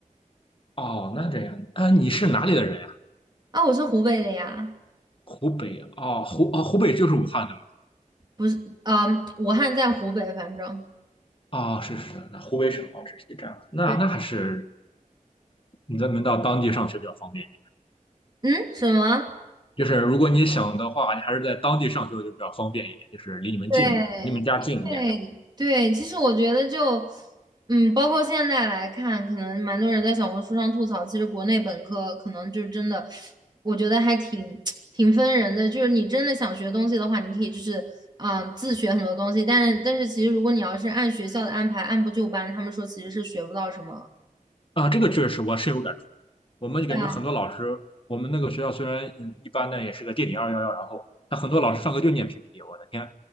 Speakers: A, on the left; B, on the right.
A: 哦，那这样，啊，你是哪里的人呀？
B: 啊，我是湖北的呀，
A: 湖北哦，湖哦，湖北就是武汉的吗？
B: 不是，啊、武汉在湖北，反正，
A: 哦，是是，那湖北省哦，这是这样。那那还是
B: 对，
A: 你在门到当地上学比较方便一点。
B: 嗯，什么？
A: 就是如果你想的话，你还是在当地上学就比较方便一点，就是离你们近，
B: 对对对，
A: 离你们家近一点的。
B: 其实我觉得就，嗯，包括现在来看，可能蛮多人在小红书上吐槽，其实国内本科可能就真的，我觉得还挺挺分人的。就是你真的想学东西的话，你可以就是嗯、呃自学很多东西，但是但是其实如果你要是按学校的安排，按部就班，他们说其实是学不到什么。
A: 啊，这个确实我深有感触。我们就感觉很多老师，
B: 对
A: 我们那个学校虽然嗯一般，呢，也是个垫底二幺幺，然后他很多老师上课就念 PPT，我的天，